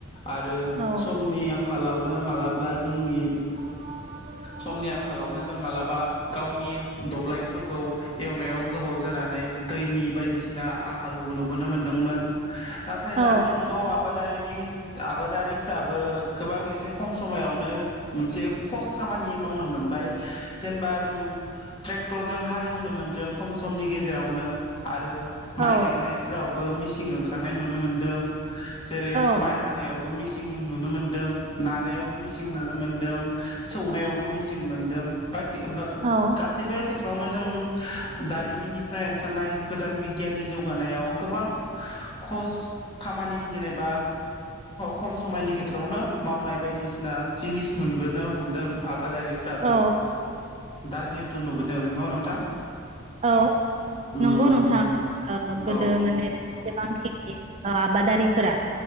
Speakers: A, on the left; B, on the right.
A: आरो
B: औ
A: समनि आंखालावनो मालाब्ला जोंनि
B: <inaudible>
A: समनि आंखालावनो जों मालाबा गावनि दब्लायफोरखौ एवनायाव गोबाव जानानै दैनि बायदिसिना आंखालखौ नुबोनो मोनदोंमोन। नाथाय
B: औ
A: दानि जुगाव आबादारिनि आबादारिफ्राबो गोबां एसे खम समायावनो मोनसे खस खामानि मावनो मोनबाय। जेनेबा जों ट्रेक्टरजों हालेवनो मोनदों। खम समनि गेजेरावनो आरो माइ
B: औ
A: गायनायफ्राव बो मिसिं ओंखारनाय नुनो मोन्दों। जेरै
B: औ
A: माइ हानायाव बो मिसिं नुनो मोन्दों। नानायावबो मिसिं नुनो मोन्दों। सौनायावबो मिसिं मोनदों। बाखि
B: औ
A: गासैबो थ्र'आवनो जों दारिमिननिफ्राय ओंखारनाय गोदान बिगियाननि जौगानायाव गोबां ख'स खामानि जेनेबा खम समायनि खेथ्र'आवनो मावनाय बायदिसिना जिनिस मोनबोनो हमदों आब। आबादारिफ्राबो
B: औ
A: दा जिहेथु नुबोदों न' नोंथां।
B: औ
A: उम
B: नंगौ नोंथां ओ गोदो
A: औ
B: माने जेसेबांखिनि आबादारिफोरा